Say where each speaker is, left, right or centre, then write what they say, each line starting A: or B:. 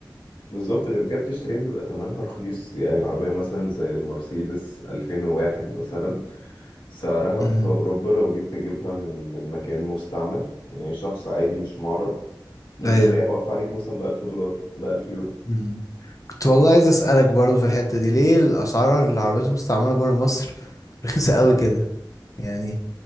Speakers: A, on the left; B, on the left.
A: بالظبط غير كده بتشتريها بيبقى تمنها رخيص يعني عربية مثلا زي المرسيدس 2001 مثلا سعرها
B: مم.
A: في أوروبا لو جيت تجيبها من من مكان مستعمل يعني شخص عادي مش معرض ممكن
B: ايوه
A: تلاقيها واقفة عليك مثلا بألف دولار بألف يورو
B: مم. كنت والله عايز اسألك برضو في الحتة دي ليه الاسعار العربيات المستعملة برا مصر رخيصة قوي كده يعني